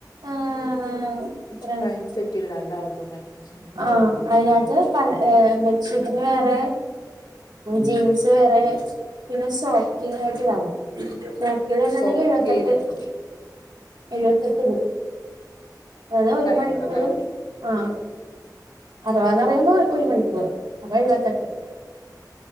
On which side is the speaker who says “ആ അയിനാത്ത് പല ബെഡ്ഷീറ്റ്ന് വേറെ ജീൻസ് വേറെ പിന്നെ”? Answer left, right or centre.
Right